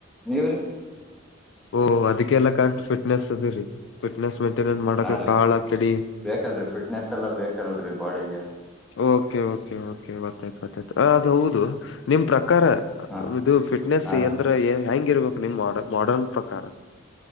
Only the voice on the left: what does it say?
ಓಹ ಅದಕ್ಕೆಲ್ಲಾ ಕಾಣ ಫಿಟ್ನೆಸ್ ಅದರಿ ಫಿಟ್ನೆಸ್ ಮೇಂಟೈನೆನ್ ಮಾಡಕ
ಕಾಳಕಡಿ
ಓಕೆ ಓಕೆ ಓಕೆ ಒತ್ತತತ ಅದ ಹೌದು ನಿಮ್ ಪ್ರಕಾರ
ಇದು ಫಿಟ್ನೆಸ್
ಅಂದ್ರ ಹೆಂಗ ಇರ್ಬೇಕು ನಿಮ್ ಮಾಡ ಮಾಡರ್ನ್ ಪ್ರಕಾರ